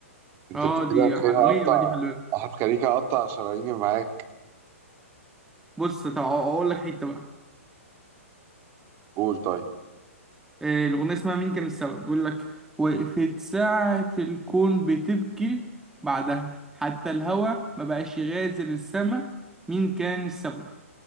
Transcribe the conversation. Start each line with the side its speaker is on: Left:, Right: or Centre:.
Right: انت
Centre: اه
Right: انت
Centre: دي
Right: كده هتخليني
Centre: عالميه
Right: اقطع
Centre: بقى دي خلي بالك
Right: هتخليك اقطع شراييني معاك
Centre: بص طب أ- اقول لك حته بقى
Right: قول طيب
Centre: آه، الاغنيه اسمها مين كان السبب بيقول لك وقفت ساعه الكون بتبكي بعدها حتى الهوا ما بقاش يغادر السما مين كان السبب